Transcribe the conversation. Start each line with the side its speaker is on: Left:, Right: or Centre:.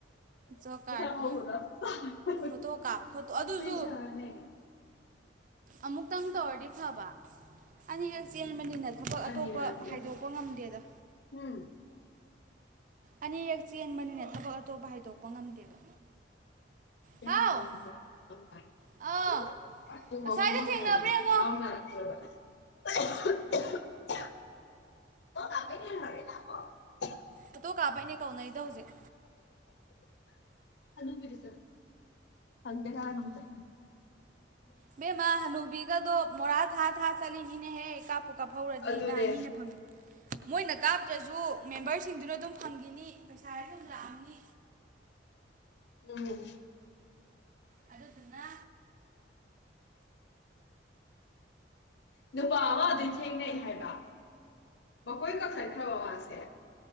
Right: ꯖꯣꯕ ꯀꯥꯔꯗꯀꯤ
Left: <unintelligible>
Right: ꯐꯣꯇꯣ ꯀꯥꯞ ꯐꯣꯇꯣ ꯑꯗꯨꯁꯨ
Left: ꯄꯩꯁꯅꯦ
Right: ꯑꯃꯨꯛꯇꯪ ꯇꯧꯔꯗꯤ ꯐꯕ ꯑꯅꯤꯔꯛ ꯆꯦꯟꯕꯅꯤꯅ ꯊꯕꯛ
Left: ꯑꯅꯤꯔ
Right: ꯑꯇꯣꯞꯄ
Left: ꯑꯅꯤꯔ
Right: ꯍꯥꯏꯗꯣꯛꯄ ꯉꯝꯗꯦꯗ
Left: ꯎꯝ
Right: ꯑꯅꯤꯔꯛ ꯆꯦꯟꯕꯅꯤꯅ ꯊꯕꯛ ꯑꯇꯣꯞꯄ ꯍꯥꯏꯗꯣꯛꯄ ꯉꯝꯗꯦꯕ
Left: ꯆꯥꯏ
Right: ꯍꯥꯎ
Left: <unintelligible>
Right: ꯑ
Left: ꯄꯨꯡ
Right: ꯑꯁ꯭ꯋꯥꯏꯗ
Left: ꯑꯍꯨꯝꯃꯈꯥꯏꯗꯅꯦ
Right: ꯊꯦꯡꯅꯕ꯭ꯔ ꯌꯦꯡꯉꯣ
Left: ꯂꯥꯎꯅꯔꯛꯇꯣꯏꯕ <inaudible> ꯅ ꯍꯣꯔꯦꯟ ꯂꯥꯛꯑꯣ
Right: ꯐꯣꯇꯣ ꯀꯥꯞꯄꯩꯅꯦ ꯀꯧꯅꯩꯗꯣ ꯍꯧꯖꯤꯛ
Left: ꯍꯅꯨꯕꯤꯗꯤ ꯈꯪꯗꯦ ꯀꯅꯥꯅꯣꯝꯇ
Right: ꯏꯕꯦꯝꯃ ꯍꯅꯨꯕꯤꯒꯗꯣ ꯃꯣꯔꯥ ꯊꯥ ꯊꯥ ꯆꯠꯂꯤꯅꯤꯅꯦ ꯍꯦ ꯀꯥꯞꯄꯨ ꯀꯥꯞꯐꯧꯔꯗꯤꯅ
Left: ꯑꯗꯨꯅꯦ
Right: ꯃꯤꯅ ꯐꯪꯒꯤ ꯃꯣꯏꯅ ꯀꯥꯞꯇ꯭ꯔꯖꯨ ꯃꯦꯝꯕꯔꯁꯤꯡꯗꯨꯅ ꯑꯗꯨꯝ ꯐꯪꯒꯤꯅꯤ ꯄꯩꯁꯥ ꯑꯗꯨꯝ ꯂꯥꯛꯑꯝꯅꯤ
Left: ꯎꯝ
Right: ꯑꯗꯨꯗꯨꯅ
Left: ꯅꯨꯄꯥ ꯑꯃ ꯑꯗꯨꯏ ꯊꯦꯡꯅꯩ ꯍꯥꯏꯕ ꯃꯈꯣꯏ ꯀꯛꯊꯠꯈ꯭ꯔꯕ ꯃꯥꯁꯦ